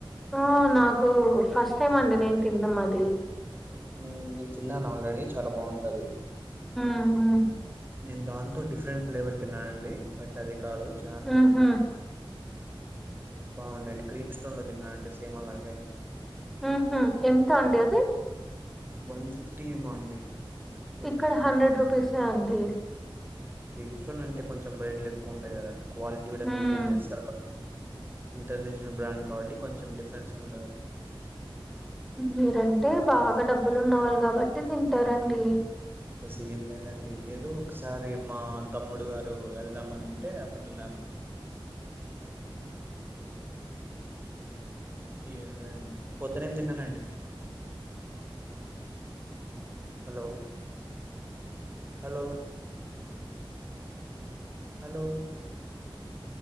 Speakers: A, in the centre; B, on the right.
A: ఓ నాకు ఫస్ట్ టైం అండి నేను తినడం అది
B: ఉ నేను తిన్నాను ఆల్రెడీ చాలా బావుంటది
A: ఉ హు
B: నేను దాంతో డిఫరెంట్ ఫ్లేవర్ తిన్నానండి బట్ అది కాదు చార్ తిన్నాను.
A: ఊహూ
B: బాగుండండి క్రీమ్ స్టోన్లో తిన్నానుండి సేమ్ అలాగే
A: ఉ హు ఎంత అండి అది
B: వన్ ఫిఫ్టీ ఏమో అండి
A: ఇక్కడ హండ్రెడ్ రూపీసే అండి
B: క్రీమ్ స్టోన్ అంటే కొంచెం రేట్లు ఎక్కువుంటాయి కదా అండి క్వాలిటీ కూడా
A: హ్మ్
B: మెయింటైన్ చేస్తారు వాళ్ళు. ఇంటర్నేషనల్ బ్రాండ్ కాబట్టి కొంచెం డిఫరెన్స్ ఉంటాది.
A: మీరంటే బాగా డబ్బులు ఉన్నవాళ్ళు కాబట్టి తింటారండి.
B: అంత సీన్ లేదండి ఏదో ఒకసారి మా తమ్ముడు గారు వెళ్దామని అంటే అప్పటి వెళ్ళామని ఏం పొద్దునేం తిన్నారండి hello hello hello